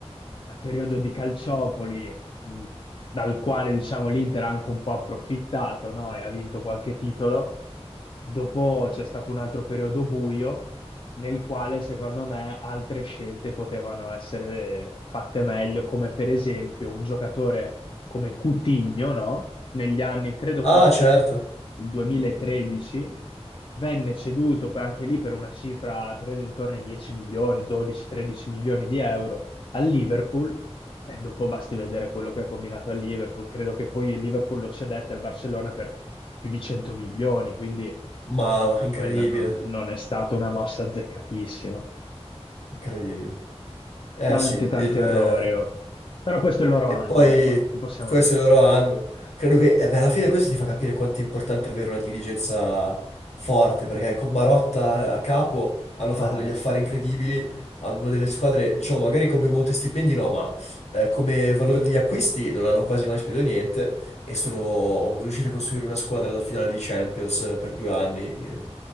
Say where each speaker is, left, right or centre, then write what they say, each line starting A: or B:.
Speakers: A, on the left; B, on the left.
A: dal periodo di Calciopoli, mh, dal quale, diciamo, l'Inter ha anche un po' approfittato, no? E ha vinto qualche titolo. Dopo c'è stato un altro periodo buio, nel quale secondo me altre scelte potevano essere fatte meglio, come per esempio un giocatore come Coutinho, no? Negli anni, credo
B: Ah,
A: fosse
B: certo.
A: il 2013, venne ceduto per- anche lì per una cifra, credo intorno ai 10 milioni, 12-13 milioni di euro al Liverpool. E dopo basti vedere quello che ha combinato al Liverpool. Credo che poi il Liverpool lo cedette al Barcellona per più di 100 milioni, quindi
B: Ma
A: anche
B: incredibile,
A: quella non, non è stata una mossa azzeccatissima.
B: incredibile. Eh
A: Tanti,
B: sì,
A: tanti
B: il...
A: errori. oh. Però questo è il loro
B: e
A: anno,
B: poi
A: dai, que- lo possiamo
B: questo
A: dire.
B: è il loro anno. Credo che eh beh, alla fine questo ti fa capire quanto è importante avere una dirigenza forte, perché con Marotta a capo hanno fatto
A: Ma
B: degli affari
A: sì.
B: incredibili, hanno una delle squadre, diciamo, magari come monte stipendi no, ma eh, come valore degli acquisti non hanno quasi mai speso niente e sono riusciti a costruire una squadra alla finale di Champions per due anni. eh.